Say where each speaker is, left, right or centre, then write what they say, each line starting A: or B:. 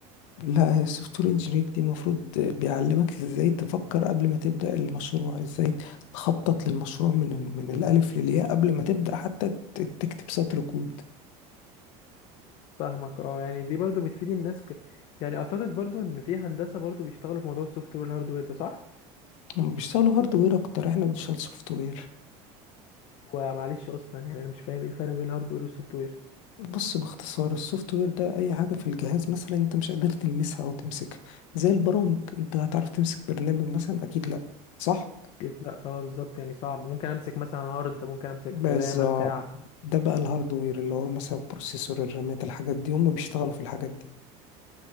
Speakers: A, on the left; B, on the left.
A: لا هي السوفت وير انجينير دي المفروض بيعلمك ازاي تفكر قبل ما تبدأ المشروع ازاي تخطط للمشروع من من الألف للياء قبل ما تبدأ حتى ت- تكتب سطر كود
B: فاهمك اه يعني دي برضو بتفيد الناس ك... يعني اعتقد برضو ان في هندسة برضو بيشتغلوا في موضوع السوفت وير والهاردوير ده صح
A: هما بيشتغلوا هاردوير أكتر احنا بنشتغل سوفت وير
B: ومعلش اصلا يعني انا مش فاهم ايه الفرق بين الهاردوير والسوفت وير
A: بص باختصار السوفت وير ده أي حاجة في الجهاز مثلا أنت مش قادر تلمسها أو تمسكها زي البرامج أنت هتعرف تمسك برنامج مثلا أكيد لأ صح؟
B: اكيد لا اه بالظبط يعني صعب ممكن امسك مثلا هارد ممكن امسك
A: بالظبط
B: رامة بتاع
A: ده بقى الهاردوير اللي هو مثلا البروسيسور الرامات الحاجات دي هما بيشتغلوا في الحاجات دي